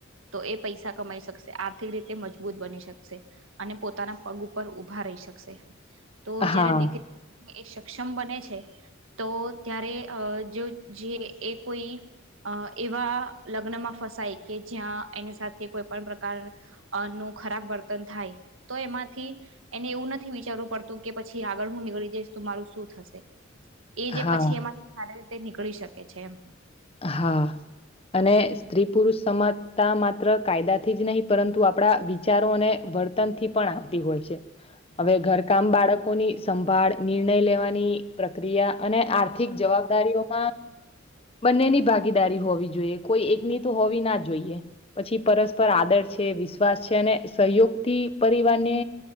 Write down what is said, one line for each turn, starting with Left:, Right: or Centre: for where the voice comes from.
Right: તો એ પૈસા કમાઈ શકશે આર્થિક રીતે મજબૂત બની શકશે અને પોતાના પગ ઉપર ઊભા રહે હી શકશે. તો
Left: હા
Right: જયારે દીક એક સક્ષમ બને છે તો ત્યારે અહ જો જે એ કોઈ અહ એવા લગ્નમાં ફસાય કે જ્યાં એની સાથે કોઈ પણ પ્રકાર અહ નું ખરાબ વર્તન થાય તો એમાંથી એને એવું નથી વિચારવું પડતું કે પછી આગળ હું નીકળી જઈશ તો મારું શું થશે એ જે
Left: હા
Right: પછી એમાંથી સારી રીતે નીકળી શકે છે એમ.
Left: હા. અને સ્ત્રી પુરુષ સમાજતા માત્ર કાયદાથી જ નહી પરંતુ આપણા વિચારો અને વર્તનથી પણ આવતી હોય છે. હવે ઘરકામ બાળક લોકોની સંભાળ નિર્ણય લેવાની પ્રક્રિયા અને આર્થિક જવાબદારીઓમાં બંનેની ભાગીદારી હોવી જોઈએ કોઈ એકની તો હોવી ના જોઈએ પછી પરસ્પર આદર છે વિશ્વાસ છે અને સહયોગ થી પરિવારને